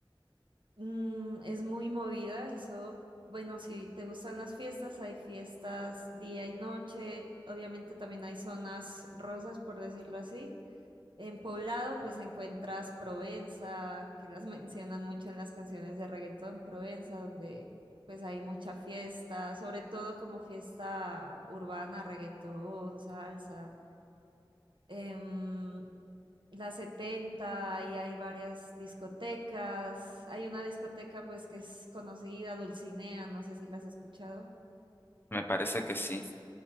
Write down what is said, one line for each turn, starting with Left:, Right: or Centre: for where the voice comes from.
Right: Mm, es muy movida, eso, bueno, si te gustan las fiestas, hay fiestas día y noche, obviamente también hay zonas rosas, por decirlo así. En Poblado, pues encuentras Provenza, que las <laughs> mencionan mucho en las canciones de reggaetón, Provenza, donde pues hay mucha fiesta, sobre todo como fiesta urbana, reggaetón, salsa em, la 70 y hay varias discotecas. Hay una discoteca pues que es conocida, Dulcinea, no sé si la has escuchado.
Left: Me parece que sí.